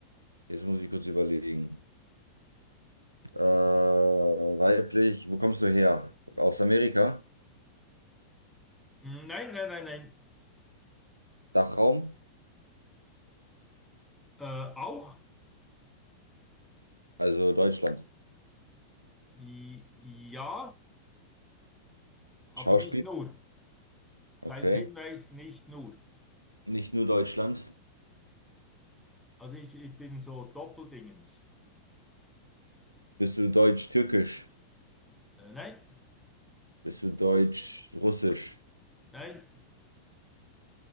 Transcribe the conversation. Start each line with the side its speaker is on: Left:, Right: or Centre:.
Right: Jetzt muss ich kurz überlegen. Äh, weiblich, wo kommst du her? Aus Amerika?
Centre: Nein, nein, nein, nein.
Right: Dachraum?
Centre: Äh, auch?
Right: Also Deutschland.
Centre: I- Ja, aber
Right: Schauspiel?
Centre: nicht nur. Kleiner
Right: Okay.
Centre: Hinweis, nicht nur.
Right: Nicht nur Deutschland.
Centre: Also ich, ich bin so Doppeldingens.
Right: Bist du deutsch-türkisch?
Centre: Äh, nein,
Right: Bist du deutsch-russisch?
Centre: nein.